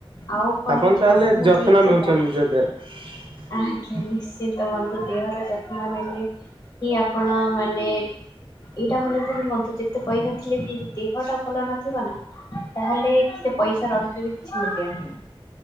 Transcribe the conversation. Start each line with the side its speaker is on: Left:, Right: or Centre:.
Left: ଆଉ କଣ
Right: ଆପନ
Left: ହେଇଛି
Right: ତାହେଲେ
Left: ବନ୍ଧୁ ମୁଁ
Right: ଯତ୍ନ
Left: ଠିକ ସେ
Right: ନଉଛନ୍ତି
Left: ଜାଣିନି।
Right: ନିଜ ଦେହର।
Left: ଆଜ୍ଞା ନିଶ୍ଚିନ୍ତ ଦେହର ଯତ୍ନ ନେଲେ କି ଆପଣ ମାନେ, ଏଇଟା ମନେ କୁହନ୍ତୁ ଯେତେ ପଇସା ଥିଲେ ବି ଯଦି ଦେହଟା ଭଲ ନଥିବ ନା, ତାହେଲେ ସେ ପଇସା ରହିଛି ବି କିଛି ମୁଲ୍ୟନାହିଁ।